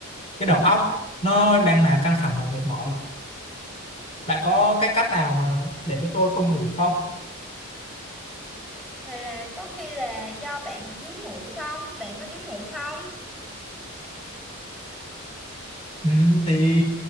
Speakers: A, on the left; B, in the centre.
A: cái đầu óc nó đang là căng thẳng và mệt mỏi bạn có cái cách nào mà để cho tôi không ngủ không
B: hay là có khi là do bạn thiếu ngủ không bạn có thiếu ngủ không
A: Ừ, thì